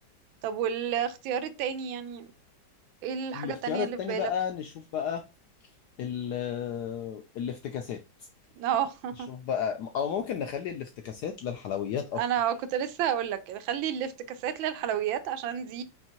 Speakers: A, on the right; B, on the left.
A: طب والاختيار التاني يعني ايه الحاجة
B: الاختيار
A: التانية
B: التاني
A: اللي في بالك
B: بقى نشوف بقى ال آه، الافتكاسات
A: اه <laughs>
B: نشوف بقى او ممكن نخلي الافتكاسات للحلويات اكتر
A: انا كنت لسه هقولك خلي الافتكاسات للحلويات عشان دي